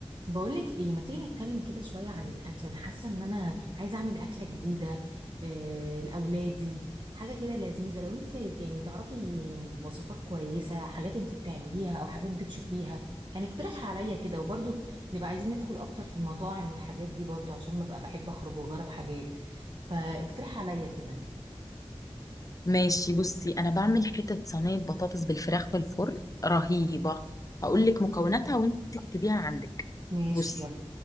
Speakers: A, on the right; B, on the left.
A: بقولك ايه ما تيجي نتكلم كده شوية عن الأكل أنا حاسة إن أنا عايزة أعمل أكلة جديدة آه لأولادي حاجة كده لذيذة لو أنت يعني تعرفي وصفات كويسة حاجات أنت بتعمليها أو حاجات بتشوفيها يعني اقترحها عليا كده وبرضو نبقى عايزين ندخل أكتر في المطاعم والحاجات دي برضو عشان ببقى بحب أخرج وأجرب حاجات فاقترح عليا كده
B: ماشي بصي انا بعمل حتة صينية بطاطس بالفراخ في الفرن رهيبة هقول
A: صح
B: لك مكوناتها وانت تكتبيها عندك
A: ماشي
B: بصي
A: يلا